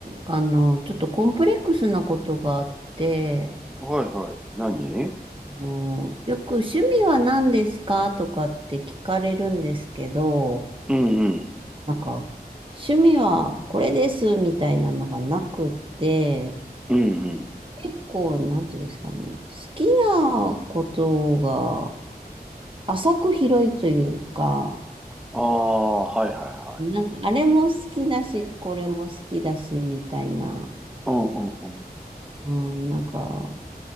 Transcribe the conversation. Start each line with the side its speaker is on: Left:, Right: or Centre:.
Right: あの、ちょっとコンプレックスなことがあって、
Centre: はいはい。何
Right: もうよく趣味は何ですかとかって聞かれるんですけど、
Centre: うんうん。
Right: なんか、趣味はこれですみたいなのがなくって、
Centre: うんうん。
Right: 結構、なんていうんですかね、好きなことが浅く広いというか、
Centre: ああ、はいはいはい。
Right: なんか、あれも好きだし、これも好きだし、みたいな、
Centre: うんうんうん。
Right: うん、なんか、